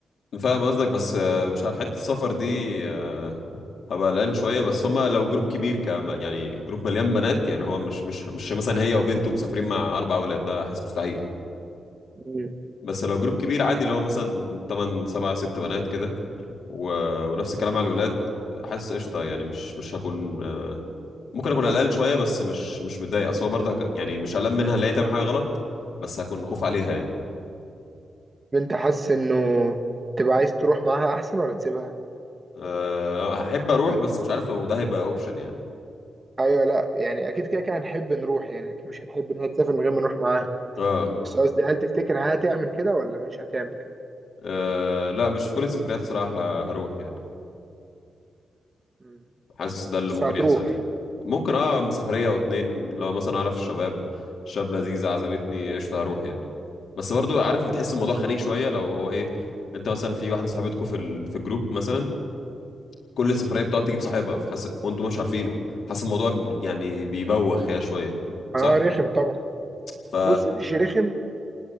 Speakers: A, on the left (about 60°); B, on the right (about 20°).
A: فاهم قصدك بس آه، مش عارف حته السفر دي آه، هبقى قلقان شويه بس هما لو جروب كبير كما يعني جروب مليان بنات يعني هو مش مش مش مثلا هي وبنته مسافرين مع اربع اولاد ده حاسس مستحيل
B: مم.
A: بس لو جروب كبير عادي اللي هو مثلا 8 7 6 بنات كده و... ونفس الكلام على الولاد حاسس قشطه يعني مش مش هكون آه، ممكن اكون قلقان شويه بس مش مش متضايق اصل هو برضه هك- يعني مش قلقان منها اللي هي تعمل حاجه غلط بس هكون خوف عليها يعني
B: انت حاسس انه تبقى عايز تروح معاها احسن ولا تسيبها
A: أه هحب اروح بس مش عارف لو ده هيبقى اوبشن يعني
B: ايوه لا يعني اكيد كده كده هنحب نروح يعني اكيد مش هنحب ان هي تسافر من غير ما نروح معاها
A: اه
B: بس قصدي هل تفتكر هتعمل كده ولا مش هتعمل كده
A: أه لا مش في كل السفريات صراحة هروح يعني
B: مم.
A: حاسس ده اللي
B: بس
A: ممكن
B: هتروح
A: يحصل يعني ممكن اه سفرية او اتنين لو مثلا اعرف الشباب شاب لذيذ عزمتني قشطة هروح يعني بس برضو عارف بتحس الموضوع خنيق شوية لو هو ايه انت مثلا في واحدة صاحبتكوا في ال... في الجروب مثلا كل السفرية بتقعد تجيب صاحبها فحس وانتوا مش عارفينه حاسس الموضوع ب- يعني بيبوخ يا شوية صح؟
B: اه رخم طبعا
A: ف
B: بص مش رخم